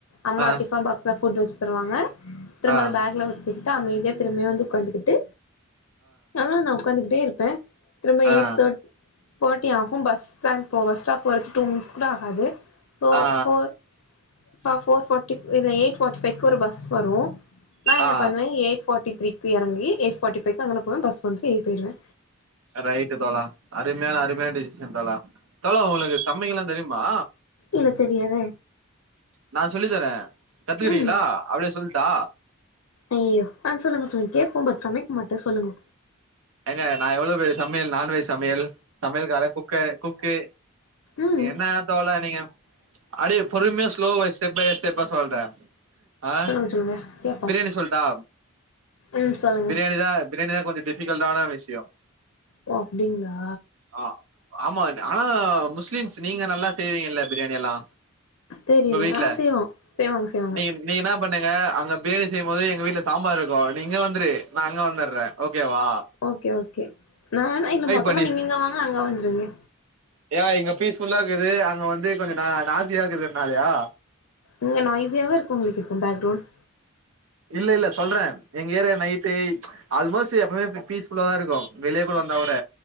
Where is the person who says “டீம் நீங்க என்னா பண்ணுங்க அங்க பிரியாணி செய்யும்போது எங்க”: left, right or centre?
Right